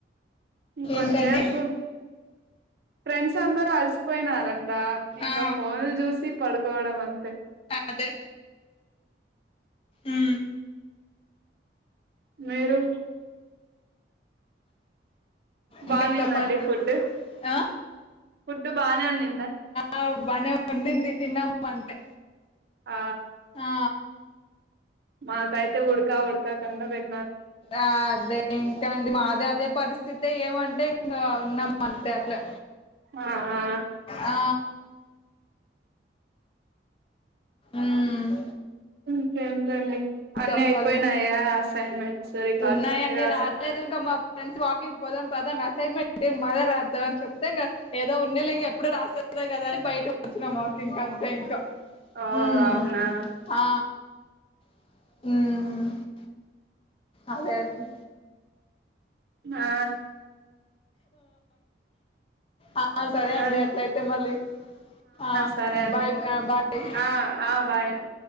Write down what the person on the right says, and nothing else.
ఇంకొంచేసేపు
ఫ్రెండ్స్ అందరు అలసిపోయినారన్ డ ఇంక
ఫోనులు చూసి పడుకోవడం అంతే
మీరు బా
ఉండిందండి
ఫుడ్
ఫుడ్ బాగానే ఉంది
ఆ
మాకైతే ఉడ్క ఉడ్క కుండా బెట్
ఆ ఆ
ఇంకేం తొండి డిఅన్ని
అయిపోయినాయా అసైన్మెంట్స్ రికార్డ్స్
అన్ని రాసేస్
ఓ
అవునా
ఆ
ఆ
సరే అండి
ఆ ఆ బాయ్ అండి.